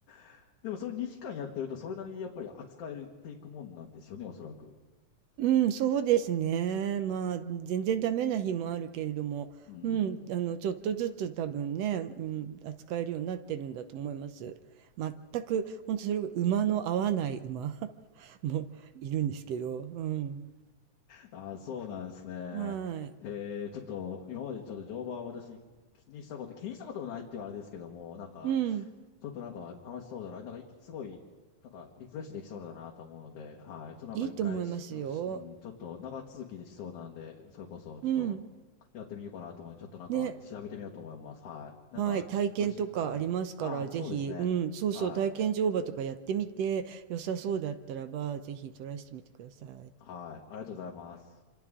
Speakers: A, on the left; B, on the right.
A: <laughs> でもそれ2時間やってると、それなりにやっぱり扱えるていくもんなんですよね、おそらく。
B: うん、そうですね。まあ、全然ダメな日もあるけれども、
A: うん。
B: うん、あの、ちょっとずつ多分ね、うん、扱えるようになってるんだと思います。全く、本当それ、馬の合わない馬 <laughs> もいるんですけど、うん。
A: ああ、そうなんですね。
B: はい。
A: えー、ちょっと、今までちょっと乗馬は私気にしたこと、気にしたこともないって言うあれですけども、なんか、
B: うん、
A: ちょっとなんか楽しそうだな、なんかいきすごい、なんかリフレッシュできそうだなと思うので、はい。ちょっとなんか一回し、
B: いいと思いますよ。
A: しうん、ちょっと長続きできそうなんで、それこそちょっと
B: うん。
A: やってみようかなと思うので、ちょっとなんか調べてみようと思います。
B: ね、
A: はい。なんか、
B: はい、体験とかありますから、
A: おいしい、はい。ああ、
B: ぜひ、
A: そうですね。
B: うん、そうそう、
A: はい。
B: 体験乗馬とかやってみて、良さそうだったらば、ぜひトライしてみてください。
A: はい。ありがとうございます。